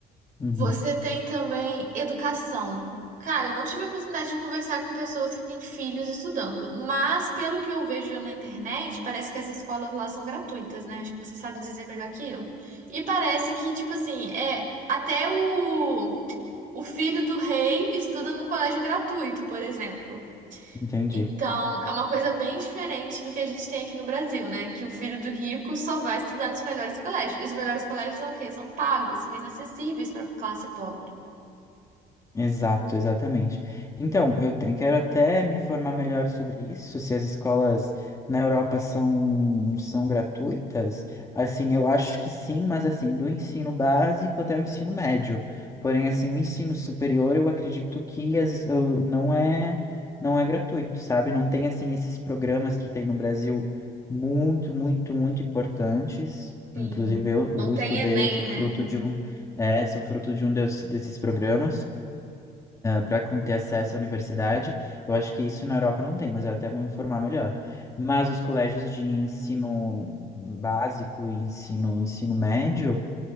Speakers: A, on the left; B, on the right.
A: Uhum,
B: Você tem também educação. Cara, eu não tive a oportunidade de conversar com pessoas que têm filhos estudando, mas pelo que eu vejo na internet, parece que as escolas lá são gratuitas, né? Acho que você sabe dizer melhor que eu. E parece que, tipo assim, é até o, o filho do rei estuda num colégio gratuito, por exemplo.
A: entendi.
B: Então, é uma coisa bem diferente do que a gente tem aqui no Brasil, né? Que o filho do rico só vai estudar nos melhores colégios. E os melhores colégios são o quê? São pagos, são inacessíveis para a classe pobre.
A: Exato, exatamente. Então, eu te- quero até me informar melhor sobre isso, se as escolas na Europa são, são gratuitas. Assim, eu acho que sim, mas assim, do ensino básico até o ensino médio. Porém, assim, o ensino superior, eu acredito que as, es- eu- não é, não é gratuito, sabe? Não tem, assim, esses programas que tem no Brasil muito, muito, muito importantes.
B: Sim.
A: Inclusive, eu,
B: Não
A: eu
B: tem
A: estudei,
B: Enem,
A: sou
B: né?
A: fruto de um, é, sou fruto de um desses desses programas para ter acesso à universidade. Eu acho que isso na Europa não tem, mas eu até vou me informar melhor. Mas os colégios de ensino básico e ensino, ensino médio.